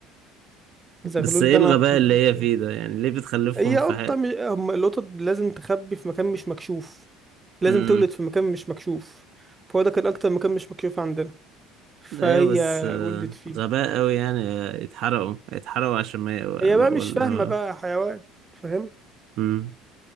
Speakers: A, on the right (about 20°); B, on the right (about 60°).
A: زغلول
B: بس ايه
A: ده
B: الغباء
A: انا فضلت-
B: اللي هي فيه ده يعني ليه بتخلفهم
A: هي قطة
B: في حق
A: مش... هم القطط لازم تخبي في مكان مش مكشوف لازم
B: امم
A: تولد في مكان مش مكشوف فهو ده كان اكتر مكان مش مكشوف عندنا فهي
B: ايوه بس آه،
A: ولدت فيه
B: غباء قوي يعني آه، يتحرقوا يتحرقوا عشان ما ولا
A: هي بقى مش
B: ولا
A: فاهمة بقى حيوان فاهم
B: امم